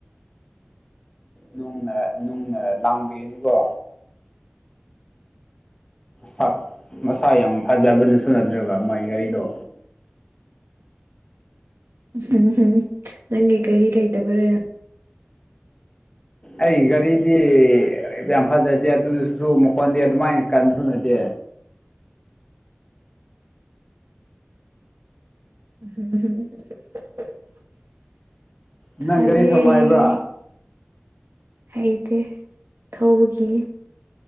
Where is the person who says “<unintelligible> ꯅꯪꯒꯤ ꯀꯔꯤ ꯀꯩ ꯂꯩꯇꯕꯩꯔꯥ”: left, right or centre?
Right